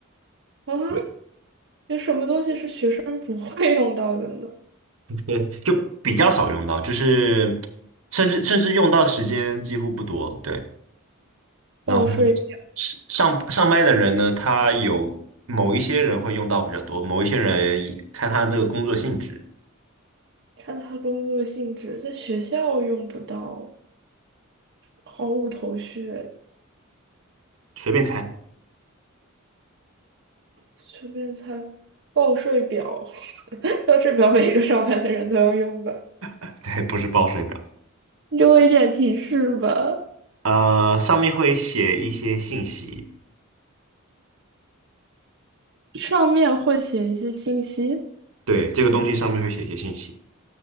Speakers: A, on the right; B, on the right.
A: 啊，
B: 对，
A: 有什么东西是学生不会用到的呢？
B: 对，就比较少用到，就是甚至甚至用到时间几乎不多，对。然后
A: 报税，
B: 上上班的人呢，他有某一些人会用到比较多，某一些人以看他这个工作性质，
A: 看他工作性质，在学校用不到，毫无头绪。
B: 随便猜，
A: 随便猜，报税表，<laughs> 报税表每一个上班的人都要用吧？
B: <laughs> 对，不是报税表，
A: 你给我一点提示吧。
B: 呃，上面会写一些信息，
A: 上面会写一些信息，
B: 对，这个东西上面会写一些信息，